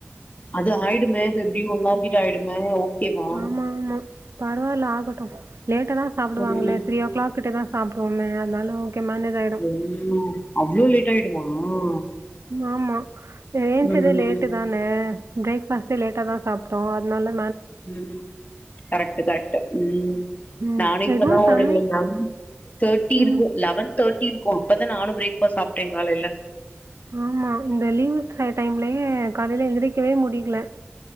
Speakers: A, on the left; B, on the right.
A: அது ஆயிடுமே அது எப்டியு ஒன்னவர் கிட்ட ஆயிடுமே ஓகேவா
B: ஆமா ஆமா பரவாயில்ல ஆகட்டும் லேட்டா தா சாப்டுவாங்களே
A: ம்
B: த்ரி ஓ கிளாக் கிட்ட தா சாப்டுவோமே அதனால ஓகே மேனேஜ் ஆயிடும்.
A: ம் அவ்ளோ லேட் ஆயிடுமா ஆ
B: ஆமா ஏஞ்ச்சதே
A: ம்
B: லேட்டு தான ம் ப்ரேக்ஃபாஸ்ட்டே லேட்டா தா சாப்ட்டோ அதுனால
A: ம் கரெக்ட்டு கரெக்ட்டு ம்
B: ம்.
A: நானே இப்பதா
B: எதுவும் சமை
A: ஒரு நம் தாட்டி
B: ம்.
A: இருக்கு லெவன் தாட் இருக்கோ அப்பதா நானு பிரேக்ஃபாஸ்ட் சாப்ட்டே காலேல
B: ஆமா இந்த லீவு டை டைம்லயே காலேல எந்திரிக்கவே முடில